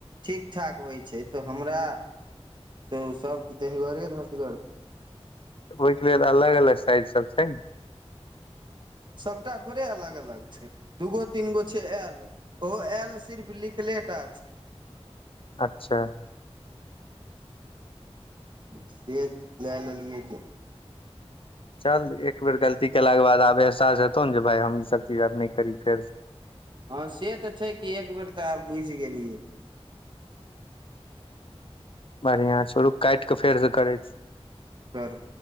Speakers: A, on the right; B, on the left.
A: ठीक ठाक होइ छै तऽ हमरा। यौ, सभ देहगरे धसि गेल।
B: ओहिके लेल अलग अलग साइज सभ छै।
A: सबटा थोड़े अलग अलग छै, दू गो तीन गो छै। ओ आयल सिर्फ लिखले टा।
B: अच्छा
A: से लए लेलिय जे।
B: चल, एक बेर गलती केलाक बाद आब एहसास हेतौ ने जे, भाय, हम ई सभ चीज आब नै करब फेर।
A: हँ, से तऽ छै कि एक बेर तऽ आब बुझि गेलियै।
B: बढ़ियाँ छौ, रूख काटि कऽ फेर सँ करै छी।
A: कर